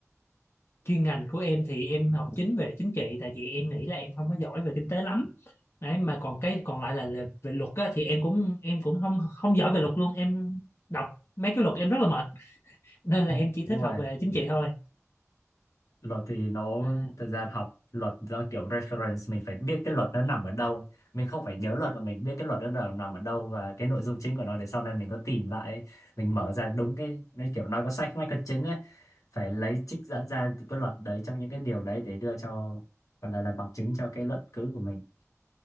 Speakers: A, on the left; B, on the left.
A: chuyên ngành của em thì em học chính về chính trị tại vì em nghĩ là em không có giỏi về kinh tế lắm đấy mà còn cái còn lại là, là về luật á, thì em cũng em cũng không không giỏi về luật luôn em đọc mấy cái luật em rất là mệt nên là
B: <laughs>
A: em chỉ thích
B: đúng rồi
A: học về chính trị thôi
B: luật thì nó
A: à,
B: thời gian học luật do kiểu reference mình phải biết cái luật nó nằm ở đâu mình không phải nhớ luật mà mình biết cái luật nó nằm ở đâu và cái nội dung chính của nó để sau này mình có tìm lại ấy. mình mở ra đúng cái nó kiểu nói có sách mách có chứng ấy phải lấy trích dẫn ra từ cái luật đấy trong những cái điều đấy để đưa cho gọi là, là bằng chứng cho cái luận cứ của mình